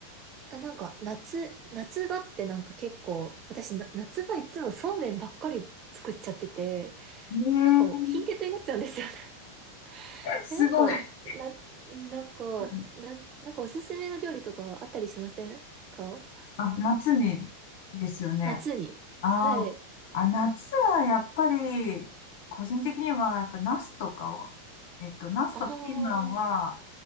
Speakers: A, on the right (about 30°); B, on the left (about 50°).
A: あ、なんか夏、夏場ってなんか結構、私な、夏場いつもそうめんばっかり作っちゃってて、
B: え
A: なんか貧血になっちゃうんですよね。<laughs>
B: えすごい。
A: え、なんか、な、なんか、
B: <laughs>
A: な、なんかおすすめの料理とかあったりしませんか
B: あ、夏にですよね。
A: 夏に。
B: あーあ、
A: はい。
B: 夏はやっぱり、個人的にはやっぱナスとかを、えっと、ナスとピーマンは
A: ああ、